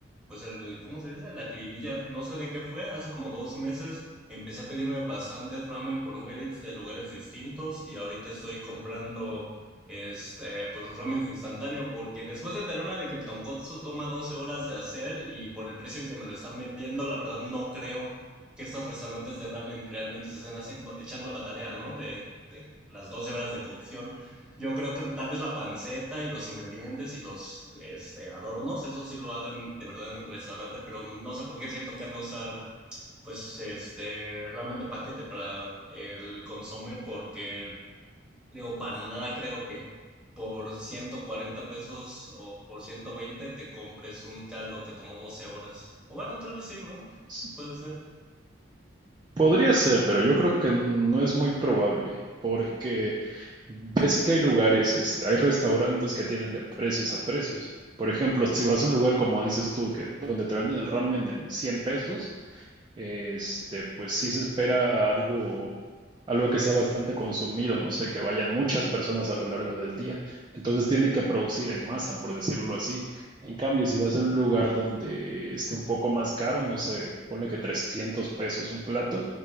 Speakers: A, in the centre; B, on the right.
A: pues el, ¿cómo se dice? La jiribilla. No sé de qué fue, hace como dos meses empecé a pedirme bastante ramen por Uber Eats de lugares distintos y ahorita estoy comprando, este, pues ramen instantáneo porque después de enterarme de que el tonkotsu toma 12 horas de hacer y por el precio en que me lo están vendiendo, la verdad no creo que estos restaurantes de ramen realmente se estén haciendo, echando la tarea, ¿no? De las 12 horas de cocción. Yo creo que tal vez la panceta y los ingredientes y los este, adornos, eso sí lo hagan de verdad en el restaurante, pero no sé por qué siento que han de usar pues este ramen de paquete para el consomé porque digo, para nada creo que por 140 pesos o por 120 te compres un caldo que tomó 12 horas. O bueno, tal vez sí, ¿no?
B: S-
A: Puede ser.
B: Podría ser, pero yo creo que no es muy probable, porque ves que hay lugares, este, hay restaurantes que tienen de precios a precios. Por ejemplo, si vas a un lugar como dices tú, que donde te venden el ramen en 100 pesos, este, pues sí se espera algo, algo que sea bastante consumido, no sé, que vayan muchas personas a lo largo del día. Entonces tienen que producir en masa, por decirlo así. En cambio, si vas a un lugar donde esté un poco más caro, no sé, ponle que 300 pesos un plato,